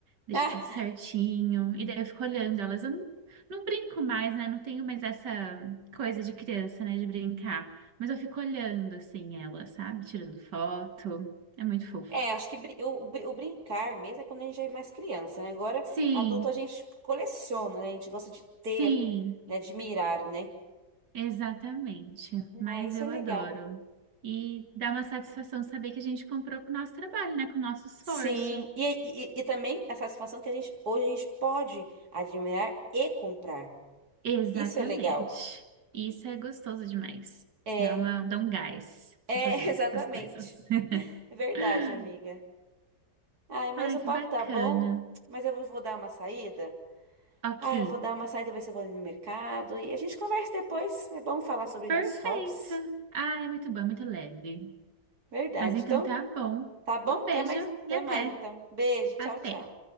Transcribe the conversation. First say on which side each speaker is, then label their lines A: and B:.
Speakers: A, on the right (about 85°); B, on the right (about 65°).
A: deixo
B: Ah,
A: tudo certinho, e daí eu fico olhando elas, eu não, não brinco mais, né, não tenho mais essa coisa de criança, né, de brincar, mas eu fico olhando, assim, elas, sabe, tirando foto, é muito fofo.
B: é, acho que brin- o, o brin- o brincar mesmo é quando a gente é mais criança, né? Agora,
A: Sim,
B: adulto, a gente coleciona, né? A gente gosta de ter,
A: sim.
B: né? De mirar, né?
A: Exatamente, mas
B: Ah, isso
A: eu
B: é legal.
A: adoro. E dá uma satisfação saber que a gente comprou com o nosso trabalho, né? Com o nosso esforço.
B: Sim. E, e, e também a satisfação que a gente, hoje a gente pode admirar e comprar.
A: Exatamente.
B: Isso é legal.
A: Isso é gostoso demais.
B: É,
A: Dá uma, dá um gás
B: <laughs> exatamente.
A: para fazer as coisas. <laughs>
B: É verdade, amiga. Ai, mas
A: Ai,
B: o
A: que
B: papo
A: bacana.
B: tá bom, mas eu vou vou dar uma saída.
A: Ok.
B: Ah, eu vou dar uma saída, ver se eu vou ali no mercado. E a gente conversa depois. É bom falar sobre
A: Perfeito.
B: nossos hobbies.
A: Ah, é muito bom, é muito leve.
B: Verdade.
A: Mas então
B: Então,
A: tá bom.
B: tá bom?
A: Um
B: Até
A: beijo
B: mais, até
A: e até.
B: mais então. Beijo, tchau,
A: Até.
B: tchau.